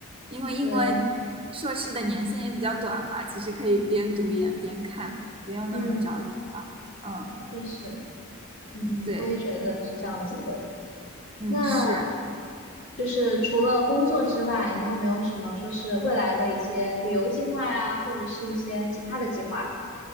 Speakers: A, on the right; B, on the left.
A: 因为英国
B: 对，
A: 硕士的年限也比较短嘛，其实可以边读研边看，不用那么着急了。
B: 嗯，
A: 嗯，
B: 确实，嗯，
A: 对，
B: 我也觉得是这样子的。那。
A: 嗯，是。
B: 就是除了工作之外，你有没有什么说是未来的一些旅游计划呀，或者是一些其他的计划？